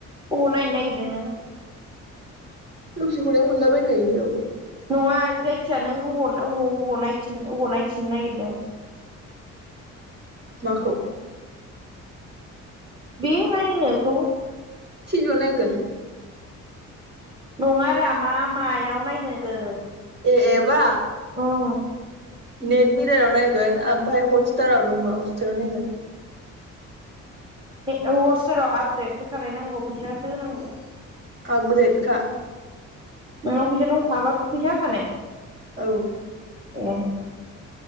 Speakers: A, on the right; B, on the right.
A: अबाव नायनो नागिरदों नों?
B: लखिखौलाय मोनलाबायखायो जेरावबो।
A: नङा जायखिजाया नों अबाव अबाव अबाव नायफिन अबाव नायफिननो नागिरदों?
B: माखौ?
A: बे नायनायखौ।
B: टिभि याव नायगोन।
A: नङारा मा मायाव नायनो गोन।
B: ए एबा?
A: उम
B: नेट मिरायाव नायगोन ओमफ्राय हटस्टाराव दंबा हटस्टाराव नायगोन।
A: हटस्टाराव आपग्रेदसो खालायनांगौ फैसासो होनांगौ।
B: आबग्रेडखा।
A: नोंनाव फैसा दं माबा फैसा होखानाय?
B: औ
A: ए